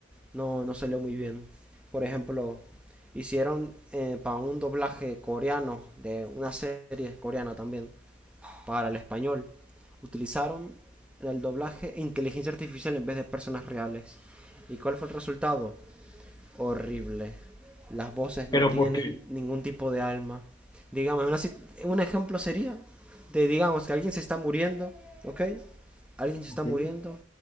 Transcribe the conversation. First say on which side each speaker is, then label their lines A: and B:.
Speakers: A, in the centre; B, on the left.
A: no, no salió muy bien. Por ejemplo, hicieron eh, para un doblaje coreano de una serie coreana también, para el español. Utilizaron en el doblaje inteligencia artificial en vez de personas reales. ¿Y cuál fue el resultado? horrible. Las voces
B: ¿Pero
A: no tienen
B: por qué?
A: ningún tipo de alma. Digamos, una un ejemplo sería de, digamos, que alguien se está muriendo, ¿ok? Alguien se está
B: Ok.
A: muriendo